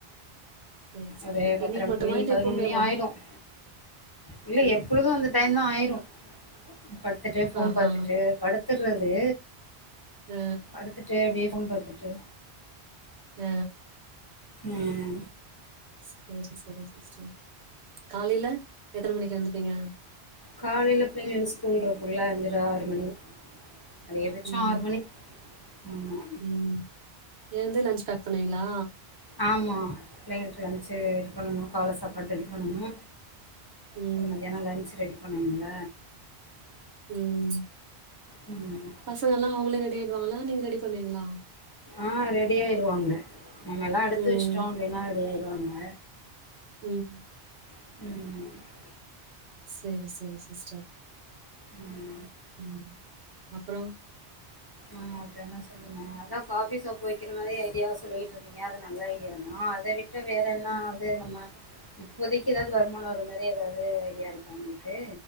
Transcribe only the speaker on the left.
ஒரு பத்திர
மணி
பதினொரு
மணி ஆயிடும் இல்ல
எப்பொழுதும் வந்து டையம் தா ஆயிரு படுத்துட்டு போன்
பாத்துட்டு படுத்துடுறது
படுத்து டே அப்டியே போன் பாத்துட்டு
ஆஹ்ஹு
காலையில பிள்ளைங்களுக்கு ஸ்கூல் இருக்கும்ல அஞ்சர ஆறு மணி அதிக பச்சோ
ஆறு மணி ஆமா
ஆமா பிள்ளைங்களுக்கு லன்ச் ரெடி பண்ணணு கால சாப்பாடு ரெடி பண்ணணு
அப்புற மத்தியானம் லன்ச் ரெடி பண்ணணும்ல
ம்
ஆ ரெடிாயாயிருவாங்க நம்ம எல்லா எடுத்து
வச்சுட்டோ அப்டினா ரெடி ஆயிருவாங்க
ம்
ம்
ஆ அதேனா ச அதா காஃபி சோப் வெக்கிற மாதி ஐடியா சொல்லிட்ருந்தீங்க அது நல்ல ஐடியா தா அத விட் ட்டு வேற் என்னா அதே நம்ம இப்போதைக்கி ஏதாவ்து வருமானோ வர மாரி எதாவ்து ஐடியா இருக்குன்ட்டு